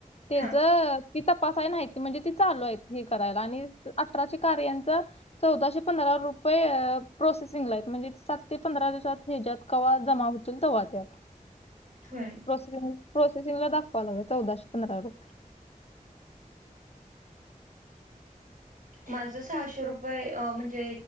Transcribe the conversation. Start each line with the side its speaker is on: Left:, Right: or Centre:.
Left: तेज
Right: हा
Left: ती तपासाय नाहीती म्हणजे ती चालू आहेत हे करायला आणि अठराची कार्यांचं. चौदाशे पंधरा रुपये प्रोसेसिंगला आहेत म्हणजे सात ते पंधरा दिवसात हच्यात कवा जमा हो तुलता वा त्यातलं.
Right: होय
Left: प्रोसेसिंग प्रोसेसिंग ला दाखवा लागल चौदाशे पंधरा रुपये
Right: माझं सहाशे रुपये म्हणजे